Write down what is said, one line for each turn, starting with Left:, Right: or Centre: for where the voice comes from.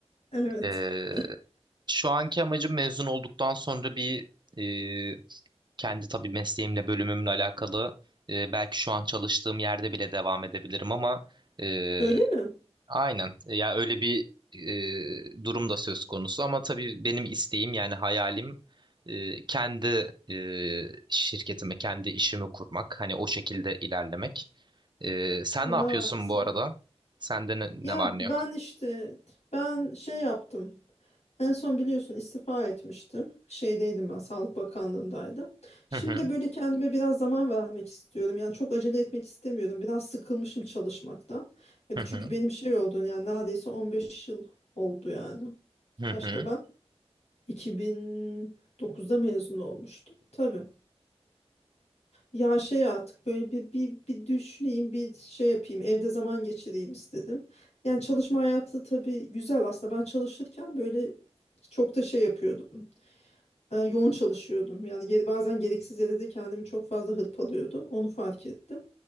Left: evet.
Right: Ee,
Left: <laughs>
Right: şu anki amacım mezun olduktan sonra bir e, kendi tabii mesleğimle bölümümle alakalı e, belki şu an çalıştığım yerde bile devam edebilirim ama e,
Left: Öyle mi?
Right: Aynen. Ya öyle bir e, durum da söz konusu ama tabii benim isteğim yani hayalim e, kendi e, şirketimi, kendi işimi kurmak. Hani o şekilde ilerlemek. E, sen
Left: Aa,
Right: ne yapıyorsun
Left: sen-
Right: bu arada? Sende ne, ne
Left: ya
Right: var ne
Left: ben
Right: yok?
Left: işte ben şey yaptım. En son biliyorsun istifa etmiştim. Şeydeydim ben, Sağlık Bakanlığındaydım. Şimdi
Right: Hı hı,
Left: böyle kendime biraz zaman vermek istiyorum. Yani çok acele etmek istemiyorum. Biraz sıkılmışım çalışmaktan. E,
Right: hı
Left: çünkü
Right: hı,
Left: benim şey oldu yani neredeyse 15 yıl oldu yani.
Right: hı
Left: Kaçta
Right: hı,
Left: ben? 2009'da mezun olmuştum. Tabii. Ya şey artık böyle bir, bir, bir düşüneyim, bir şey yapayım, evde zaman geçireyim istedim. Yani çalışma hayatı tabii güzel aslında. Ben çalışırken böyle çok da şey yapıyordum e, yoğun çalışıyordum. Yani geri, bazen gereksiz yere de kendimi çok fazla hırpalıyordum. Onu fark ettim.